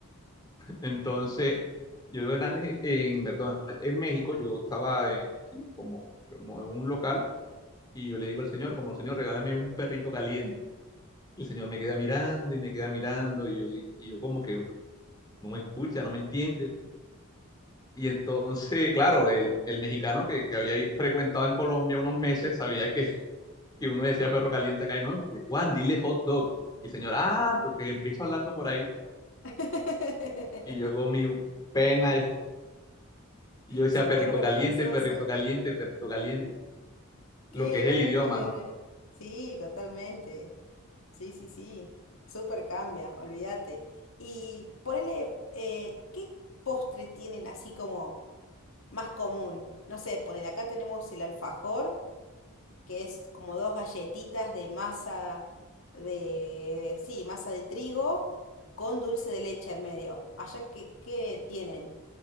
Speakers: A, on the left; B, on the left.
A: Entonces, yo en, Argen- en, perdón, en México, yo estaba en, sí, como, como en un local y yo le digo al señor, como señor, regálame un perrito caliente. Y el señor me queda mirando y me queda mirando y yo, di- y yo como que no me escucha, no me entiende. Y entonces, claro, el, el mexicano que, que había ahí frecuentado en Colombia unos meses sabía que, que uno decía perro caliente acá y no, y que, Juan, dile hot dog. Y el señor, ah, pero que empiezo hablando por ahí.
B: <laughs>
A: Y yo con mi pena Y yo decía
B: Súper
A: perrito
B: vergonzoso.
A: caliente, perrito caliente, perrito caliente,
B: que
A: lo que es
B: Nada
A: el idioma,
B: que ver,
A: ¿no?
B: ¿eh? Sí, totalmente. Sí, sí, sí. Súper cambia, olvídate. Y ponele, eh, ¿qué postre tienen así como más común? No sé, ponele, acá tenemos el alfajor, que es como dos galletitas de masa de, sí, masa de trigo con dulce de leche al medio. Allá qué qué tienen.